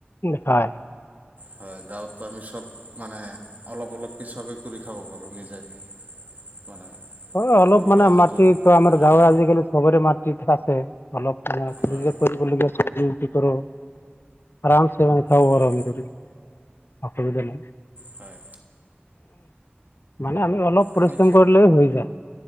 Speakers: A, on the left (about 70°); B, on the right (about 45°).
A: হয়।
B: হয় গাঁৱতো আমি সব মানে অলপ অলপক চবে কৰি খাব পাৰো নিজে। <inaudible>
A: অ অলপ
B: ঘৰুৱা
A: মানে
B: যিটো
A: মাটিত তা আমাৰ
B: হয়
A: গাঁৱে আজিকালি চবৰে মাটি থাচ। অলপ মানে
B: হয়
A: কৰিবলগীয়া চব্জি চজ্বি কৰো। আৰাম চে আমি খাই <unintelligible>
B: হয়
A: অসুবিধা নাই।
B: হয়
A: মানে আমি অলপ পৰিশ্ৰম
B: আমি
A: কৰিলে হৈ যায়।